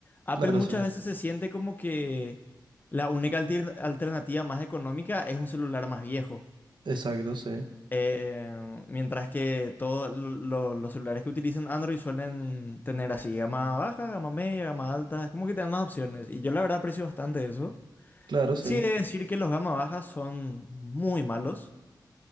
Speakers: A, on the left; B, on the right.
A: Apple
B: claro,
A: muchas
B: sí.
A: veces se siente como que la única altir- alternativa más económica es un celular más viejo.
B: Exacto, sí.
A: Eh, mientras que todos los celulares que utilizan Android suelen tener así gama baja, gama media, gama alta, es como que te dan más opciones. Y yo la verdad aprecio bastante eso.
B: Claro, sí.
A: Sí, he de decir que los gama bajas son muy malos.